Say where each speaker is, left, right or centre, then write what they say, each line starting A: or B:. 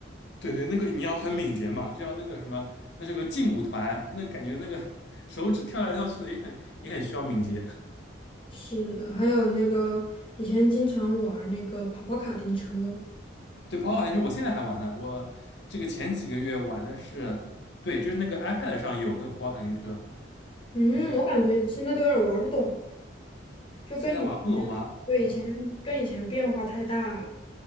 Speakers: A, on the left; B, on the left.
A: 对对，那个你要很敏捷嘛，就像那个什么，那是个劲舞团，那感觉那个手指跳来跳去的也很也很需要敏捷。
B: 是的，还有那个以前经常玩儿那个跑跑卡丁车，
A: 对，跑跑糖也是我现在还玩呢，我这个前几个月玩的是，对，就是那个 iPad 上有那个跑跑卡丁车，
B: 嗯，
A: 你就玩就可以。
B: 我感觉现在都有点儿玩儿不懂了，就跟以前，
A: 现在玩不懂吗？
B: 对，
A: 嗯
B: 以前跟以前变化太大了。